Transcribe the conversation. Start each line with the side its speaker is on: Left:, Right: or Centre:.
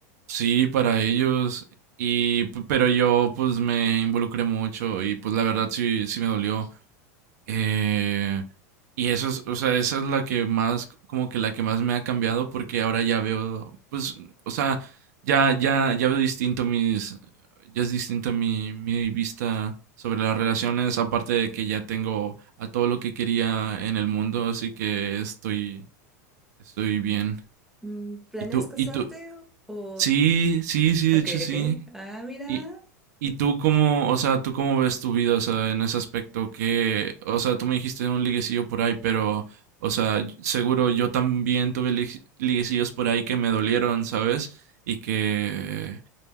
Right: Sí, para ellos. Y, p- pero yo pues me involucré mucho y pues la verdad sí, sí me dolió. Eh, y eso es, o sea, esa es la que más, como que la que más me ha cambiado porque ahora ya veo, pues, o sea, ya, ya, ya veo distinto mis, ya es distinta mi, mi vista sobre las relaciones, aparte de que ya tengo a todo lo que quería en el mundo, así que estoy, estoy bien.
Centre: Mm, ¿Planeas
Right: ¿Y tú,
Centre: casarte
Right: y tú?
Centre: o...? o-
Right: Sí, sí, sí,
Centre: Ok,
Right: de hecho sí.
Centre: ok. Ah, mira.
Right: ¿Y, y tú cómo, o sea, tú cómo ves tu vida, o sea, en ese aspecto que, o sea, tú me dijiste un liguecillo por ahí, pero, o sea, y- seguro yo también tuve lig- liguecillos por ahí que me dolieron, ¿sabes? Y que,